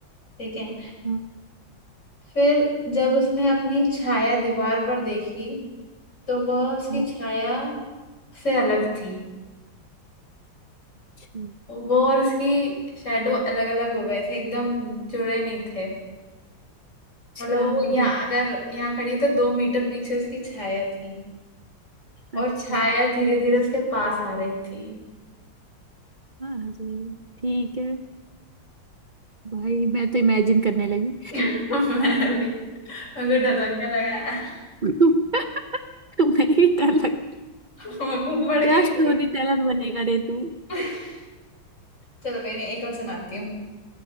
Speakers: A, on the left; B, on the right.
A: ठीक है
B: हाँ
A: फिर जब उसने अपनी छाया दीवार पर देखी तो वह उसकी
B: हाँ,
A: छाया से अलग थी
B: अच्छा
A: वो और उसकी शेडो अलग अलग हो गए थे एकदम जुड़े नहीं थे
B: अच्छा
A: मतलब वो
B: अरे
A: यहाँ अगर यहाँ खड़ी है तो दो मीटर पीछे उसकी छाया थी
B: अच्छा
A: और छाया धीरे धीरे उसके पास आ रही थी
B: हाँ अरे ठीक है भाई मैं तो इमेजिन करने लगी
A: <laughs> मैं भी मेरे को डर लगने लगा यार
B: <laughs> तुम्हें ही डर लगता
A: <laughs> मैं खुद बढ़
B: क्या
A: के डर
B: स्टोरी
A: गई
B: टेलर बनेगा रे तू
A: <laughs> चलो कहीं नहीं एक और सुनाती हूँ